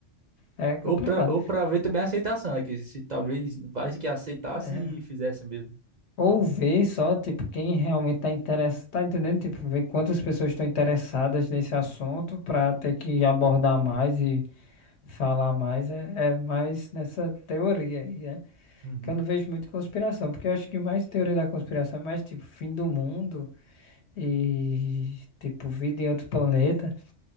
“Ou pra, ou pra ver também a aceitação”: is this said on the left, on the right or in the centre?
Right